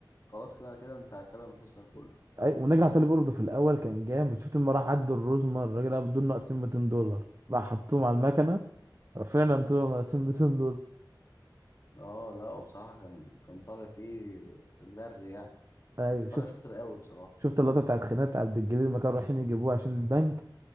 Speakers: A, on the left (about 45°); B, on the right (about 40°).
A: خلاص كده كده انت هتتابع المسلسل كله
B: ايوه ونجع علي برضه في الاول كان جامد شفت لما راح عد الرزمه الراجل ده بدول ناقصين 200 دولار راح حطهم على المكنه فعلا طلعوا ناقصين 200 دولار
A: اه لا وبصراحة كان كان طالع فيه زر يعني
B: ايوه
A: كان
B: شفت
A: طالع شاطر اوي بصراحة
B: شفت اللقطه بتاعت خناقه عبد الجليل لما كانوا رايحين يجيبوه عشان البنك